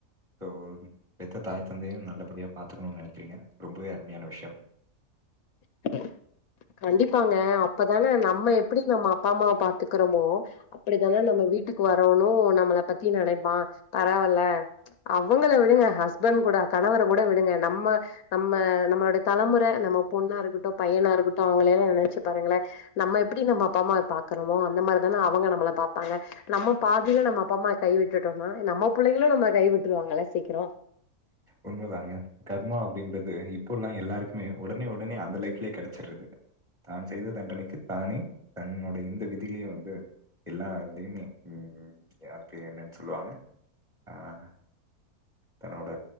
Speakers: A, on the right; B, on the left.
A: சோ பெத்த தாய் தந்தையு நல்லபடியா பாத்துக்கணுனு நெனக்கிறீங்க ரொம்பவே அருமையான விஷயம்
B: அ <unintelligible> ஹ் கண்டிப்பாங்க அப்பதானே நம்ம எப்டி நம்ம அப்பா அம்மாவ பாத்துக்றோமோ அப்டித்தானே நம்ம வீட்டுக்கு வர்றவனு நம்மள பத்தி நெனப்பா பரவால அவங்கள விடுங்க ஹஸ்பண்ட் கூட கணவர கூட விடுங்க நம்ம நம்ம நம்மளோடைய தலமுற நம்ம பொண்ணா இருக்கட்டு பையனா இருக்கட்டு அவங்கள எல்லா நெனச்சு பாருங்களே நம்ம எப்டி நம்ம அப்பா அம்மாவ பாக்றோமோ அந்த மாரிதானே அவங்க நம்மள பாப்பாங்க நம்ம பாதில நம்ம அப்பாம்மாய கை விட்டுடோம்னா நம்ம புள்ளைகளு நம்மள கை விட்டுருவாங்கள்ல சீக்கிரோ
A: உண்மதாங்க கர்மா அப்டின்றது இப்போல்லா எல்லாருக்குமே உடனே உடனே அந்த லைஃப்லயே கெடச்சிரது தான் செய்த தண்டனைக்கு தானே தன்னோட இந்த விதிலயே வந்து எல்லா தயுமே உம் யார் பேரு என்னன்னு சொல்லுவாங்க ஆஹ் தன்னோட